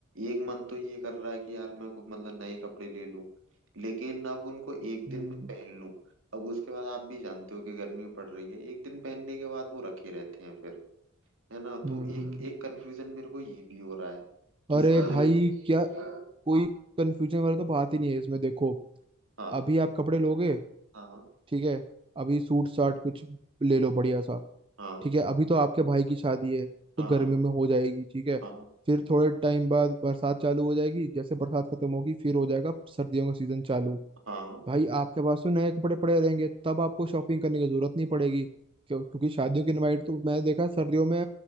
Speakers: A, on the right; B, on the right.
A: एक मन तो ये कर रहा है कि यार मैं कुछ मतलब नए कपड़े ले लूं लेकिन अब उनको एक दिन
B: हम्म
A: में पहन लूं अब उसके बाद आप भी जानते हो कि गर्मी पड़ रही है एक दिन पहनने के बाद वो रखे रहते हैं फिर है ना
B: हम्म
A: तो एक एक कंफ्यूजन मेरे को ये भी हो रहा है कि
B: अरे
A: इसकी
B: भाई
A: जगह मैं-
B: क्या कोई कंफ्यूजन वाला तो बात ही नहीं है इसमें देखो
A: हाँ
B: अभी आप कपड़े लोगे
A: हाँ
B: ठीक है अभी सूट साट कुछ ले लो बढ़िया सा
A: हाँ
B: ठीक है अभी तो आपके भाई की शादी है तो
A: हाँ
B: गर्मियों में हो जाएगी ठीक है
A: हाँ
B: फिर थोड़े टाइम बाद बरसात चालू हो जाएगी जैसे बरसात खत्म होगी फिर हो जाएगा सर्दियों का सीजन चालू
A: हाँ
B: भाई आपके पास तो नए कपड़े पड़े रहेंगे तब आपको शॉपिंग करने की जरूरत नहीं पड़ेगी क्यों क्योंकि शादियों की इनवाइट तो मैंने देखा है, सर्दियों में